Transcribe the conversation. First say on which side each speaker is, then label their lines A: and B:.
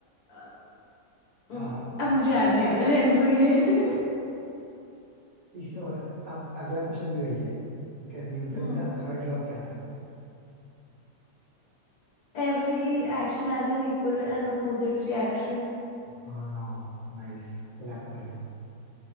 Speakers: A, on the left (about 65°); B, on the right (about 60°).
A: अ,
B: हाँ
A: उम, अब मुझे याद नहीं आ रहा रहने दो ये <laughs>
B: तीसरा बता अब अगला क्वेश्चन भी वही है न्यूटन
A: हम्म
B: का थर्ड लॉ क्या था
A: Every action has an equal and opposite reaction
B: वाह नाइस Clap for you